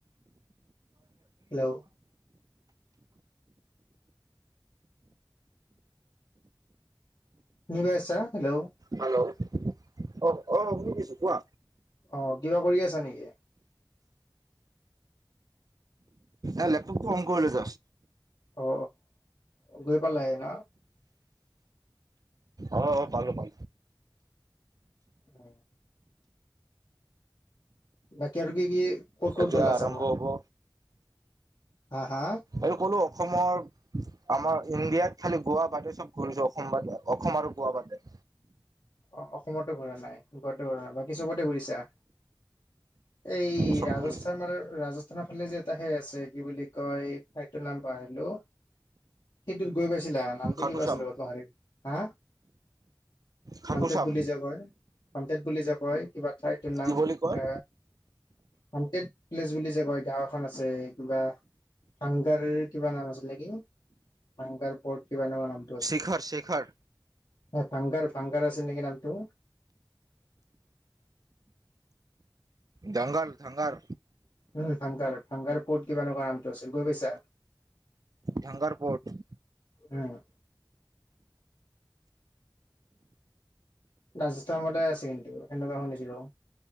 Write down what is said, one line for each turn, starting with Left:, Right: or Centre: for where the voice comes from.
Left: হেল্ল' নিবছা হেল্ল'
Right: হেল্ল' অ অ শুনি দিিছো কোৱা
Left: অ কিবা কৰি আছা নেকি
Right: এ ল প কম কলো জ
Left: অ অ গৈ প লাগ ন
Right: অ অ পালো ভালো
Left: অ বাকী আৰু আৰু কি কি ক'ত ক'ত
Right: এতিয়া
Left: গ'লা
Right: আৰম্ভ
Left: চাব
Right: হ'ব
Left: হা হা
Right: আৰু কলো অসমৰ আমাৰ ইণ্ডিয়াত খালি গোৱা বাটে চব ঘূৰিছো অসমব অসম আৰু গোৱা বাটে
Left: অ অসমতো ঘুৰা নাই গোৱাো ঘুৰা নাই বাকী চবতে ঘূৰিছা এই
Right: চব
Left: ৰাজস্থান
Right: ঘূৰিছো।
Left: মান ৰাজস্থানৰ ফালে যে এটা সে আছে কি বুলি ক এই ফাইভ ৰ নাম প আহিলো সেইটোত গৈ পাইছিলা নামটো
Right: খাটু
Left: কিিব
Right: শ্যাম
Left: আছিলে হাৰ হা
Right: খাটুচাম
Left: সন্তেত বুলি য কয় সন্তেত বুলি য কয় কিবা ঠাইতৰ
Right: কি
Left: নাম
Right: বুলি কয়
Left: এ হণ্টেড প্লেচ বুলি যে কয় গাঁও এখন আছে কিবা হংকাৰ কিবা নাম আছিল নে কি হাং প কিবা এনেকুৱা নাম
Right: শিখৰ শিখৰ
Left: ফাং ফাংকাৰ আছিল নেকি নাম ত
Right: দংগল ধংগল
Left: উ ভাং ভাং ক'ত কিবা এনেকুৱা নামটো আছিল গৈ পাইছা
Right: ধংগাৰপোট
Left: উম ৰাজস্থ মতে আছে কিন্তু সেনেকুৱা শুনিছিলো